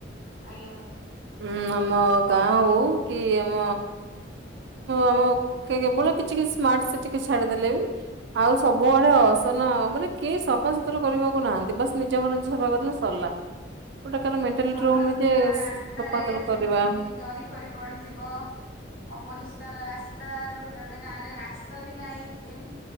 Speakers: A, on the left; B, on the right.
A: ଆଜ୍ଞା।
B: ହୁଁ ଆମ ଗାଁ ହଉ କି ଆମ ଆମ କେବଳ କିଛି କିଛି ସ୍ମାର୍ଟ ସିଟି କି ଛାଡିଦେଲେ ବି ଆଉ ସବୁଆଡେ ଅସନ ମାନେ କେହି ସଫା ସୁତୁରା କରିବାକୁ ନାହାନ୍ତି ।ବାସ ନିଜ ଘର ଯ ସଫା କରିଦଲେ ସରିଲା। ଗୋଟେ କାର ମେଣ୍ଟାଲିଟି
A: ସଫାସତୁରା
B: ରହୁନି ଯେ
A: ରାସ୍ତାରେ
B: ସଫାସୁତୁରା
A: ସେମିତି
B: କରିବା
A: ଜରି ଫରି ପଡିଯିବ ଅପରି ପ୍ରକାର ରାସ୍ତା ଗୋଟେ ଗୋଟେ ଗାଁ ରେ ରାସ୍ତା ବି ନାହିଁ ଏମ